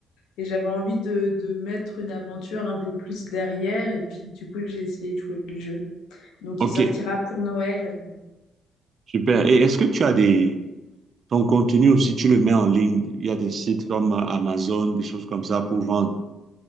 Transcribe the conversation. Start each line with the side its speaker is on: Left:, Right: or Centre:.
Left: et j'avais envie de, de mettre une aventure un peu plus derrière. Et puis, du coup, j'ai essayé de jouer le jeu. Donc,
Right: Ok,
Left: il sortira pour Noël.
Right: super. Et est-ce que tu as des... Ton contenu aussi, tu le mets en ligne. Il y a des sites comme Amazon, des choses comme ça pour vendre.